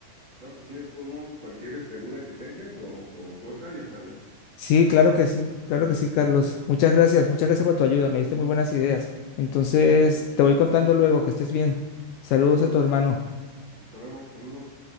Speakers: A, on the right; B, on the left.
A: claro que sí, de todos modos, cualquier este, duda que tengas o, o- o cosa, ya sabes,
B: Sí,
A: aquí
B: claro
A: estoy a
B: que sí, claro
A: la orden.
B: que sí, Carlos. Muchas gracias, muchas gracias por tu ayuda, me diste muy buenas ideas. Entonces,
A: No, gracias.
B: te voy contando luego, que estés bien. Saludos
A: De acuerdo.
B: a tu hermano.
A: Hasta luego. Saludos.